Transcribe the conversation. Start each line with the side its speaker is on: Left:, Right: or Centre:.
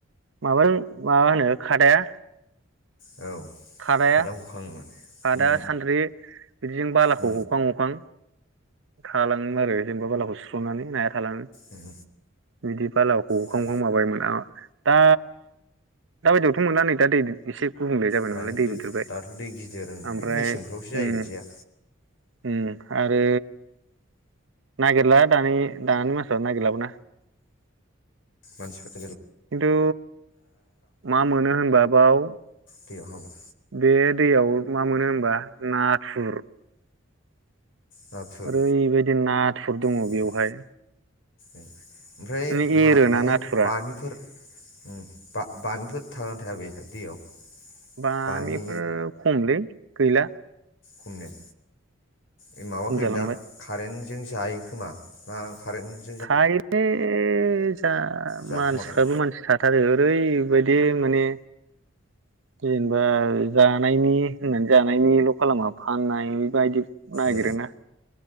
Right: माबाहै मा होनो खादाया
Left: औ
Right: खादाया
Left: खादां हखाङोमोन
Right: खादा
Left: उम
Right: सानद्रि बिदिजों बालाखौ
Left: उम
Right: हखां हखां थालाङो आरो जेनेबा बालाखौ सुस्रनानै नाया थालाङो।
Left: उम
Right: इदि बालाखौ हखां
Left: दा
Right: हखां माबायमोन आ दा दा बायदियावथ' मोनला नै दा दै एसे गुबुंले जाबाय
Left: दायो
Right: नामालाय दैबो
Left: दै
Right: देरबाय
Left: दाथ' दै गिदिर ओं
Right: ओमफ्राय
Left: बे मेसेंफ्रावसो जायो
Right: उम।
Left: बिदिया
Right: उम आरो नागेरला दानि दानि मानसिफ्रा नागिरलाबोना।
Left: <unintelligible>
Right: खिन्थु मा मोनो होनबा बाव
Left: दैयाव हाबो
Right: बे दैयाव मा मोनो होनबा नाथुर।
Left: नाथुर
Right: ओरैबायदि नाथुर दङ
Left: ओमफ्राय
Right: बेवहाय।
Left: ओमफ्राय
Right: माने
Left: मा
Right: एरोना
Left: बाहाय
Right: नाथुरा
Left: बामिफोर उम बा-बामिफोर थागोना थाया बेैहाय दैयाव?
Right: बामिफोर
Left: बामि
Right: खमलै गैला।
Left: खमने? ए माबा
Right: खम
Left: होयोनोदां
Right: जालांबाय
Left: खारेन्टजों जायो खोमा ना खारेन्ट
Right: थायोलै जा
Left: जाखुमागोन
Right: मानसिफ्राबो मानसि था थारो ओरैबायदि माने जेनेबा जानायनि होननानै जानायनिल' खालामा फाननाय बेबायदि नागिरोना।
Left: ए